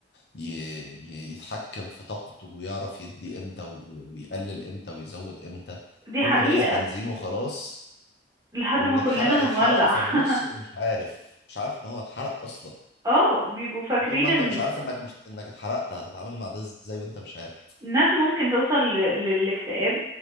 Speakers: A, on the left; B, on the right.
A: ي- ي- يتحكم في طاقته ويعرف يدي امتى و- ويقلل امتى ويزود امتى
B: دي
A: كله
B: حقيقة
A: دايس بنزين وخلاص
B: لحد
A: واللي
B: ما كلنا
A: اتحرق اتحرق
B: هنولع
A: في
B: <laughs>
A: النص ومش عارف مش عارف ان هو اتحرق اصلا
B: اه بيبقوا فاكرين
A: وطول ما
B: ان
A: انت مش عارف انك مش انك اتحرقت هتتعامل مع ده ازاي وانت مش عارف
B: الناس ممكن توصل ل- للاكتئاب